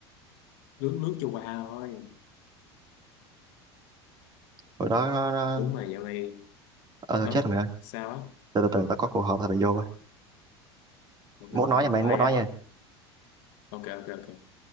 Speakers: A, on the left; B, on the right.
A: lướt lướt cho qua thôi
B: hồi đó nó, nó...
A: ủa mà dạo này
B: ờ thôi
A: hả
B: chết rồi mày ơi
A: sao á
B: từ từ, từ tao có cuộc họp tao phải vô rồi
A: ok
B: mốt
A: ok
B: nói
A: bye
B: nha mày mốt
A: bye
B: nói
A: nhé
B: nha
A: ok ok ok